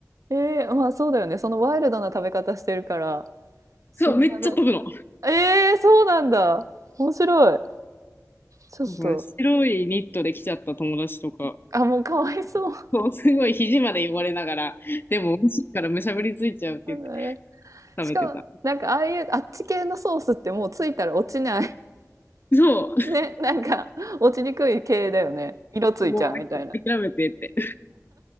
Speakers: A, on the right; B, on the left.
A: えー、まあそうだよね。そのワイルドな食べ方してるから、そんな、
B: そう、めっちゃ飛ぶの。
A: なんか、えー、そうなんだ。面白い。ちょっと、
B: なんから白いニットで来ちゃった友達とか、
A: あ、もうかわいそう。
B: そう、すごい肘まで汚れながら、でも美味しいからむしゃぶりついちゃうって言って
A: <laughs> えー
B: 食べてた。
A: しかも、なんかああいうあっち系のソースってもうついたら落ちない。
B: そ
A: <laughs> ね、なんか落ちにくい系だよね。色ついちゃうみたいな。
B: う、もう諦めてって。